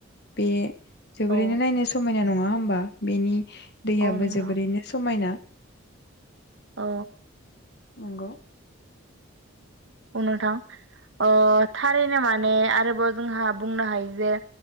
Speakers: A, on the left (about 50°); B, on the right (about 60°).
A: बे जोबोरैनो
B: औ
A: नायनो समायना नङा होमबा बेनि दैयाबो
B: औ नोंथां
A: जोबोरैनो समायना।
B: औ।
A: नंगौ।
B: औ नोंथां। अह थारैनो माने आरोबाव जोंहा बुंनो हायो जे